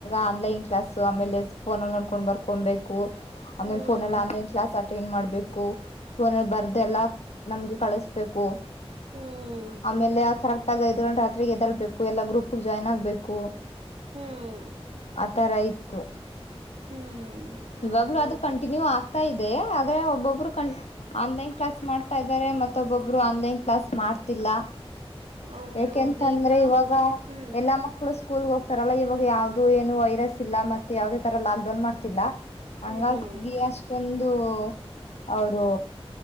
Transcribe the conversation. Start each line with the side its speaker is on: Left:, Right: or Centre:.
Left: ಆನ್ಲೈನ್ ಕ್ಲಸ್ ಆೇ ಡೆಸ್ಕ್ಫೋನ ನೋಡ್ಕೊಂಡ್ ಬಬೇಕು.. ಹಕೊಬೇಕು
Right: ಹ್ಮ್
Left: ಮನ್ ಫೋನ್ಲ್ಲಿ ಆನ್ಲೈನ್ ಕ್ಲಾ ಆ.. ಟ ಮಾಡ್ಬೇಕು ಫೋನಲ್ಲಿ ಬರ್ದೆ ಎಲ್ಲಾ ನಮ್ಗೆ ಕಳಸ್ಬೇಕು..
Right: ಹ್ಮ್
Left: ಆಮೇಲೆ ಕರೆಕ್ಟ್ ಆಗೈತ.. ಗಂ ರಾತ್ರಿಗೆ ಎದಾಳ್ಬೇಕು ಎಲ್ಲಾ ಗ್ರೂಪ್ ಜಾಯ್ನ್ ಆಗ್ಬೇಕು..
Right: ಹ್ಮ್
Left: ತರ ಇತತ್ತು
Right: ಹ್ಮ್ ಹೌದೌದು
Left: ಇವಾಗ್ಲೂ ಅದು ಕಂಟಿನ್ಯೂ ಆ.. ಇದೆ ಆದ್ರೆ ಒಬ್ಬೊಬ್ರು ಕ ಆನ್ಲೈನ್ ಕ್ಲಾಸ್ ಮಾಡ್ತಾ ಇದ್ದಾರೆ ಮತ್ತ ಒಬ್ಬೊಬ್ರು ಆನ್ಲೈನ್.. ಪ್ಲಸ್ ಮಾಡ್ತಿಲ್ಲ..
Right: ಹೌದೌದು
Left: ಯಾಕೆಂತಂದ್ರೆ
Right: ಈಗ
Left: ಇವಾಗ
Right: ಹ್ಮ್
Left: ಎಲ್ಲಾ ಮಕ್ಕಳು ಸ್ಕೂಲ್ಗೆ ಹೋಗ್ತಾರಲ್ಲ ಇವಾಗ.. ಯಾವವುದ ಏನು ವೈರಸ್ ಇಲ್ಲ ಮ ಯಾವವುದೇ ತರ ಲಾಕ್ ಡೌನ್ ಮಾಡ್ತಿಲ್ಲ ಹಂಗಾಗಿ
Right: ಹ್ಮ್
Left: ಅಷ್ಟೊ.. ಒಂದು ಅವರು..